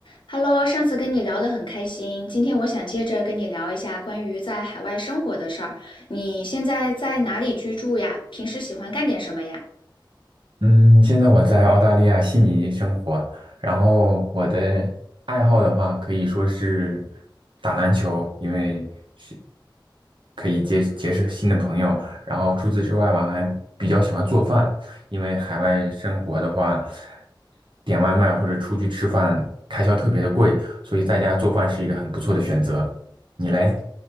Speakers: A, on the left (about 75°); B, on the right (about 70°).
A: Hello，上次跟你聊得很开心，今天我想接着跟你聊一下关于在海外生活的事儿。你现在在哪里居住呀？平时喜欢干点什么呀？
B: 嗯，现在我在澳大利亚悉尼生活，然后我的爱好的话可以说是打篮球，因为是可以结结识新的朋友。然后除此之外，我还比较喜欢做饭，因为海外生活的话，点外卖或者出去吃饭开销特别的贵，所以在家做饭是一个很不错的选择。你嘞？